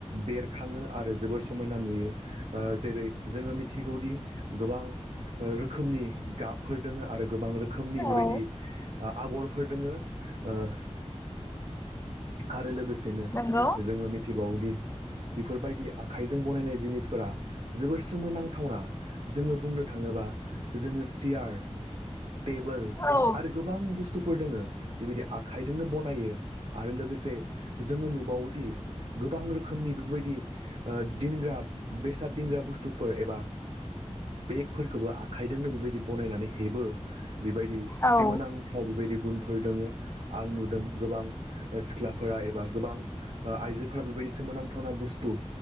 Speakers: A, on the right (about 65°); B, on the left (about 25°).
A: बेर खाङो आरो जोबोर समायना नुयो जेरै जोङो मिथिगौदि गोबां रोखोमनि गाबफोर दोङो आरो गोबां रोखोमनि बेबायदि
B: औ
A: आगरफोर दोङो- आरो लोगोसेनो
B: नंगौ
A: जोङो मिथिबावोदि बेफोरबायदि आखाइजों बनायनाय जिनिसफोरा जोबोर सोमोनांथावना जोङो बुंनो थाङोबा जोङो सियार टेबोल
B: औ
A: आरो गोबां बुस्थु- बुस्थुफोर दोङो बेबायदि आखाइजोंनो बनायो आरो लोगोसे जोङो- बावदि गोबां रोखोमनि बेफोरबायदि दोनग्रा बेसाद दिंग्रा बुस्थुफोर एबा- बेफोरखौबो आखाइजोंनो बेबायदि बनायनानै हेबो। बेबायदि
B: औ
A: सोमोनांथाव बेबायदि गुनफोर दोङो आं नुदों गोबां सिख्लाफोरा एबा गोबां- आइजोफोरा बेबायदि सोमोनांथाव। खुनु बुस्तु